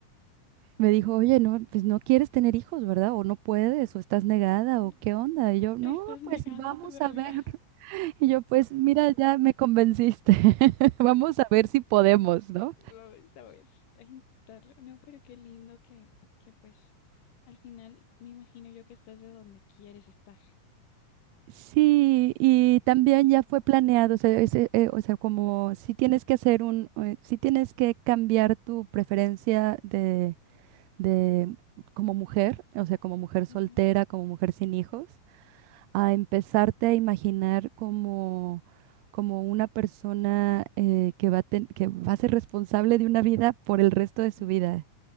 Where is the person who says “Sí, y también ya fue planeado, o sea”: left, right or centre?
Right